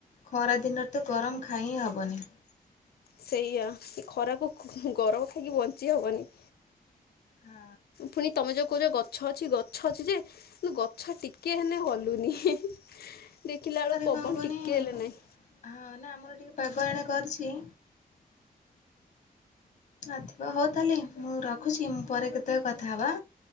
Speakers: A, on the left; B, on the left.
A: ଖରା ଦିନରେ ତ ଗରମ ଖାଇ ହିଁ ହେବନି।
B: ସେଇଆା ଏ ଖରାକୁ ଗରମ ଖାଇକି ବଞ୍ଚି ହବନି।
A: ହା।
B: ପୁଣି ତମେ ଯୋଉ କୋହୁଚ ଯୋଉ ଗଛ ଅଛି ଗଛ ଅଛି ଯେ କିନ୍ତୁ ଗଛ ଟିକେ ହେନେ ହଲୁନି ଦେଖିଲା ବେଳକୁ
A: ଆରେ
B: ପବନ
A: କଣ କୁହନି
B: ଟିକେ ହେଲେ ନାଇଁ।
A: ହଁ ନା ଆମର ଟିକେ ପାଗ ଏଣେ କରିଛି। ଆଥିବ ହେଉ ତାହେଲେ ମୁଁ ରଖୁଛି ମୁଁ ପରେ କେତେବେଳେ କଥା ହେବା?